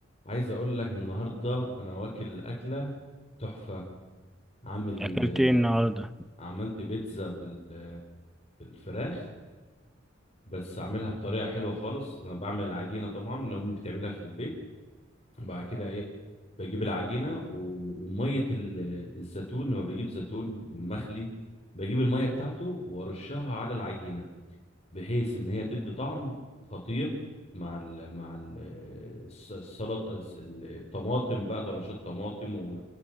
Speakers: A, on the left; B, in the centre.
A: عايز اقول لك النهارده انا واكل اكله تحفه عامل
B: اكلت
A: آه،
B: ايه النهارده
A: عملت بيتزا بال آه، بالفراخ بس عاملها بطريقه حلوه خالص انا بعمل العجينه طبعا اللي امي بتعملها في البيت وبعد كده ايه بجيب العجينه و- وميه ال- الزيتون لما بجيب زيتون مخلي بجيب الميه بتاعته وارشها على العجينه بحيث ان هي تدي طعم خطير مع ال مع ال- آه، الس- السلطه الس- الطماطم بقى طرنشات طماطم